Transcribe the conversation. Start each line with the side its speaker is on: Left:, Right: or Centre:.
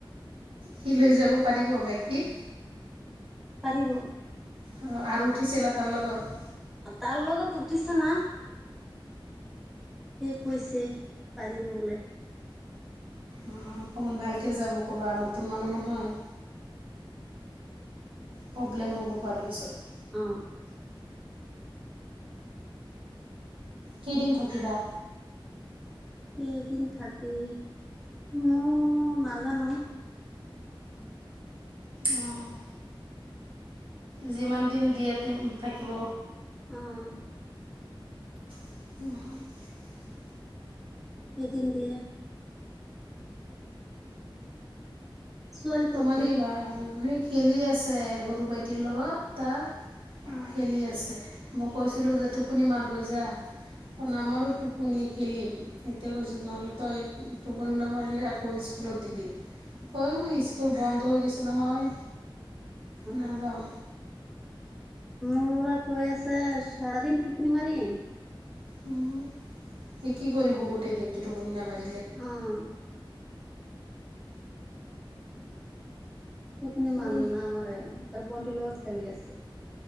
Right: সি লৈ যাব পাৰিব বাইক দি?
Centre: পাৰিব।
Right: অ, আৰু উঠিছিলা তাৰ লগত।
Centre: তাৰ লগত উঠিছা না। সেই কৈছে পাৰিব বোলে।
Right: অ, অকমান ভালকে যাব ক'বা নতুন মানুহ নহয়। প্ৰব্লেম হ'ব পাৰে পিছত।
Centre: অ,
Right: কেইদিন থাকিবা?
Centre: কেইদিন থাকি মই নাজানো।
Right: অ' যিমান দিন দিয়ে থাকিব।
Centre: উম,
Right: <inaudible>
Centre: কেইদিন দিয়ে। ছোৱালী ক'ত
Right: তোমাৰ ই ভাল খেলি আছে সৰু ভাইটিৰ লগত তাৰ।
Centre: অ
Right: খেলি আছে মই কৈছিলো যে টোপনি মাৰ গৈ যা। নামাৰো টোপনি খেলিম সেইটোয় কৈছো তহলে তো টোপনি নামাৰিলে আকৌ স দি দিম অহ, ইচ স্কুল বন্ধ হৈ গৈছে নহয় নাযাও।
Centre: অ মোক কৈ আছে চাৰা দিন টোপনি মাৰিম।
Right: উম, তে কি কৰিব গোটেই দিনটো টোপনি নামাৰি।
Centre: উম, টোপনি মান
Right: এই
Centre: নামাৰে তাৰ ভণ্টিৰ লগত খালি আছে।